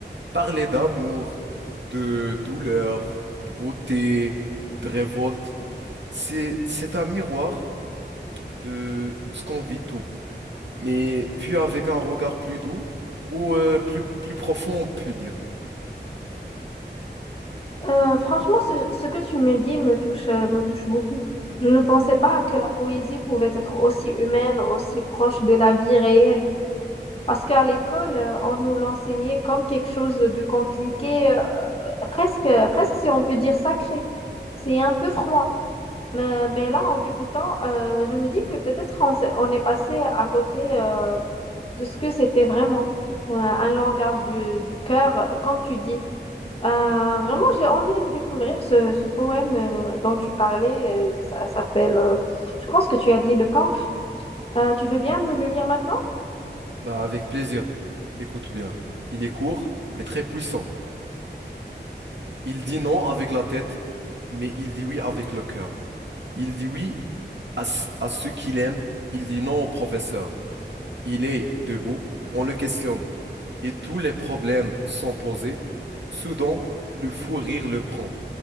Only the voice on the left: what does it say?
Euh, franchement, ce, ce que tu me dis me touche, euh, me touche beaucoup. Je ne pensais pas que la poésie pouvait être aussi humaine, aussi proche de la vie réelle. Parce qu'à l'école, euh, on nous l'enseignait comme quelque chose de compliqué, euh, presque, presque si on peut dire sacré. C'est un peu froid. Mais, mais là, en t'écoutant, euh, je me dis que peut-être on, s'est- on est passé à côté euh, de ce que c'était vraiment, Euh, un langage du, du cœur, euh, comme tu dis. Euh, vraiment, j'ai envie de découvrir ce, ce poème euh, dont tu parlais. Euh, ça s'appelle, euh, je pense que tu as dit Le Cancre. Euh, tu veux bien me le lire maintenant?